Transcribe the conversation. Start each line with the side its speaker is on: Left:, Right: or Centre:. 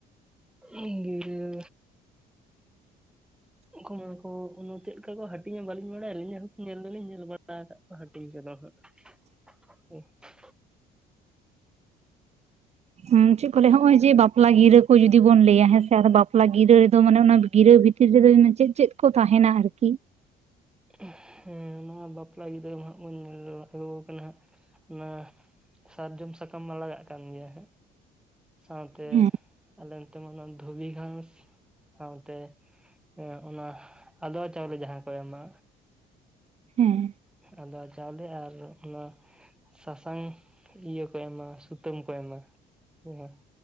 Centre: ᱤᱭᱟᱹ
Right: <inaudible>
Centre: ᱠᱷᱩᱢᱟ. ᱠᱩ ᱩᱱᱩ ᱪᱮᱫ ᱞᱮᱠᱟ ᱠᱚ ᱦᱟᱹᱴᱤᱧᱟ ᱵᱟᱹᱞᱤᱧ ᱵᱟᱲᱟᱭᱟ ᱟᱹᱞᱤᱧ ᱟᱨᱠᱤ ᱧᱮᱞ ᱫᱚᱞᱤᱧ ᱧᱮᱞ ᱵᱟᱲᱟ ᱟᱠᱟᱫ ᱠᱚᱣᱟ ᱦᱟᱹᱴᱤᱧ ᱠᱚᱫᱚ ᱦᱟᱸᱜ
Right: <inaudible>
Centre: <unintelligible>
Right: ᱩᱸ ᱪᱮᱫ ᱠᱚ ᱞᱟᱹᱭ ᱦᱚᱜ-ᱚᱭ ᱡᱮ ᱵᱟᱯᱞᱟ ᱜᱤᱨᱟᱹ ᱠᱚ ᱡᱩᱫᱤ ᱵᱚᱱ ᱞᱟᱹᱭᱟ ᱦᱮᱸᱥᱮ ᱵᱟᱯᱞᱟ ᱜᱤᱨᱟᱹ ᱫᱚ ᱢᱟᱱᱮ ᱚᱱᱟ ᱜᱤᱨᱟᱹ ᱵᱷᱤᱛ ᱛᱤᱨ ᱨᱮᱫᱚ ᱪᱮᱫ ᱪᱮᱫ ᱠᱚ ᱛᱟᱦᱮᱱᱟ ᱟᱨᱠᱤ
Centre: <unintelligible> ᱦᱮᱸ ᱱᱚᱣᱟ ᱵᱟᱯᱞᱟ ᱜᱤᱨᱟᱹ ᱦᱟᱸᱜ ᱵᱚᱱ ᱧᱮᱞ ᱟᱹᱜᱩ ᱠᱟᱱᱟ ᱦᱟᱸᱜ ᱚᱱᱟ ᱥᱟᱨᱡᱚᱢ ᱥᱟᱠᱟᱢ ᱢᱟ ᱞᱟᱜᱟᱜ ᱠᱟᱱ ᱜᱮᱭᱟ ᱦᱮᱸ ᱥᱟᱶᱛᱮ
Right: ᱦᱮᱸ
Centre: ᱟᱞᱮ ᱱᱚᱛᱮ ᱢᱟᱱᱮ ᱱᱟᱜ ᱫᱷᱩᱵᱤ ᱜᱷᱟᱥ ᱥᱟᱶᱛᱮ ᱮᱸ ᱚᱱᱟ ᱟᱫᱽᱣᱟ ᱪᱟᱣᱞᱮ ᱡᱟᱦᱟᱸ ᱠᱚ ᱮᱢᱟ
Right: ᱦᱮᱸ
Centre: ᱟᱫᱽᱣᱟ ᱪᱟᱣᱞᱮ ᱟᱨ ᱚᱱᱟ ᱥᱟᱥᱟᱝ ᱤᱭᱟᱹ ᱠᱚ ᱮᱢᱟ ᱥᱩᱛᱟᱹᱢ ᱠᱚ ᱮᱢᱟ <unintelligible>